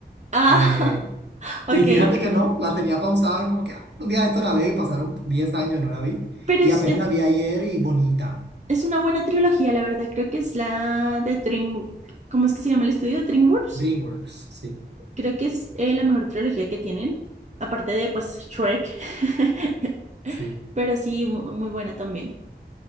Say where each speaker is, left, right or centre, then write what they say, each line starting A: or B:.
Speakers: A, on the right; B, on the right.
A: Ah,
B: Eh,
A: <laughs> ok.
B: Y fíjate que no, la tenía pausada, como que ah, un día de esto la veo y pasaron 10 años, no la vi.
A: Pero
B: Y
A: es,
B: apenas
A: es-
B: la vi ayer y bonita.
A: Es una buena trilogía, la verdad. Creo que es la de Dream... ¿Cómo es que se llama el estudio? DreamWorks.
B: DreamWorks, sí,
A: Creo que es eh, la mejor trilogía que tienen, aparte de, pues, Shrek. <laughs>
B: sí,
A: Pero sí, mu- muy, buena también.